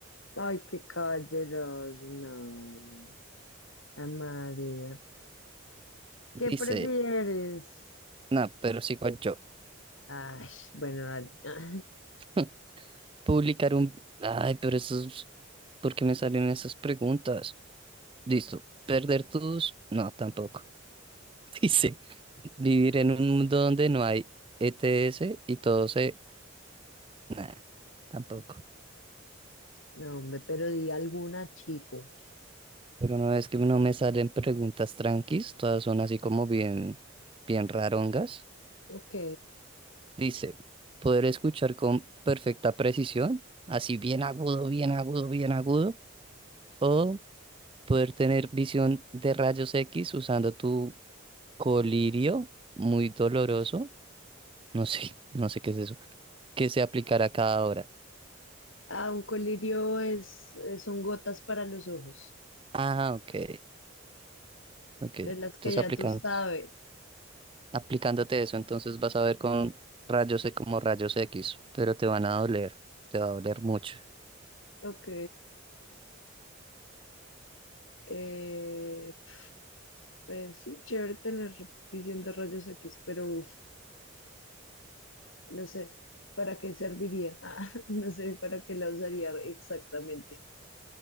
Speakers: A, on the left; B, on the right.
A: Ay, qué calleros, no. No. Ah, María.
B: Dice,
A: ¿Qué prefieres?
B: no, pero sigo yo.
A: Ay, bueno, dale. <laughs>
B: <laughs> Publicar un. Ay, pero eso es. ¿Por qué me salen esas preguntas? Listo. Perder tus... No, tampoco. <laughs> Dice, vivir en un mundo donde no hay ETS y todo se... Nah, tampoco.
A: No, hombre, pero di alguna, chico.
B: Pero no es que no me salen preguntas tranquis, todas son así como bien, bien rarongas.
A: Ok.
B: Dice, poder escuchar con perfecta precisión, así bien agudo, bien agudo, bien agudo, o poder tener visión de rayos X usando tu colirio, muy doloroso. No sé, <laughs> no sé qué es eso. que se aplicará cada hora.
A: Ah, un colirio es, eh, son gotas para los ojos,
B: Ah, ok, ok.
A: de las
B: Entonces
A: que ya
B: aplicando,
A: tú sabes.
B: aplicándote eso, entonces vas a ver con rayos E como rayos X, pero te van a doler, te va a doler mucho.
A: Ok. Eh, pues sí, chévere tener suficientes rayos X, pero uf, no sé, ¿para qué serviría? <laughs> Ah, no sé, ¿para qué la usaría exactamente?